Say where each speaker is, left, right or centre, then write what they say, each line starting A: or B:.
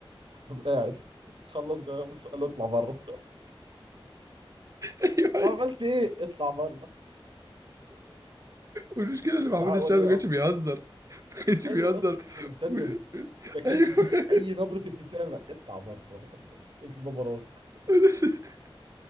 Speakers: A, on the right; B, on the right.
A: قام قاعد خلص جواب قال له اطلع بره
B: ايوه
A: <laughs>
B: أيوة.
A: عملت ايه اطلع بره
B: والمشكله ان محمود
A: ده
B: الشاعر
A: ولي
B: ما كانش
A: امر
B: بيهزر ما كانش بيهزر
A: ايوه يا اسطى كانش بيبتسم
B: و...
A: ما كانتش
B: ايوه
A: في اي نبره ابتسامه اطلع بره <laughs> في بابراك
B: <laughs>